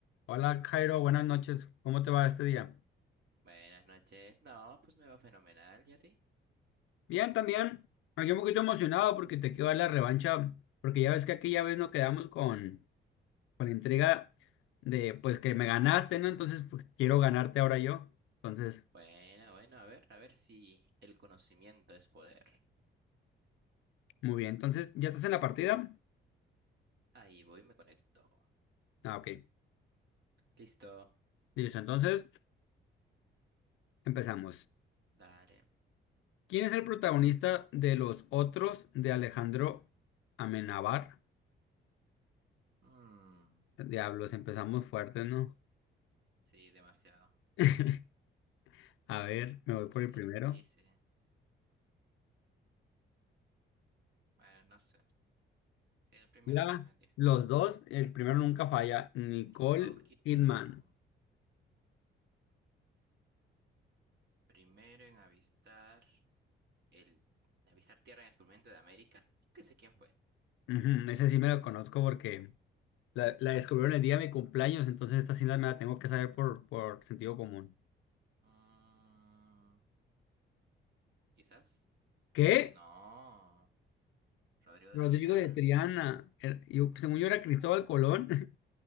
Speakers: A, on the left; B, on the right.
A: Hola Jairo, buenas noches. ¿Cómo te va este día?
B: Buenas noches. No, pues me va fenomenal, ¿y a ti?
A: Bien, también. Aquí un poquito emocionado porque te quiero dar la revancha, porque ya ves que aquella vez nos quedamos con, con la intriga de pues que me ganaste, ¿no? Entonces pues, quiero ganarte ahora yo. Entonces,
B: Bueno, bueno, a ver, a ver si el conocimiento es poder.
A: muy bien. Entonces, ¿ya estás en la partida?
B: Ahí voy, me conecto.
A: Ah, ok.
B: Listo,
A: Listo, entonces empezamos.
B: dale.
A: ¿Quién es el protagonista de Los Otros de Alejandro Amenábar?
B: Mm,
A: Diablos, empezamos fuerte, ¿no?
B: sí, demasiado.
A: <laughs> A ver, me voy por
B: ¿Quién
A: el primero.
B: es ese? Bueno, no sé. El primero
A: ya
B: también dijo.
A: los dos, el primero nunca falla, Nicole
B: Nicole Kidman.
A: Kidman.
B: Primero en avistar el... en avistar tierra en el descubrimiento de América. Yo qué sé quién fue.
A: Ujú, ese sí me lo conozco porque la, la descubrieron el día de mi cumpleaños, entonces esta sí la- me la tengo que saber por, por sentido común.
B: Mm, quizás.
A: ¿Qué?
B: No, Rodrigo
A: Rodrigo
B: de la Triana.
A: de Triana. Era- yo- según yo era Cristóbal Colón. <laughs>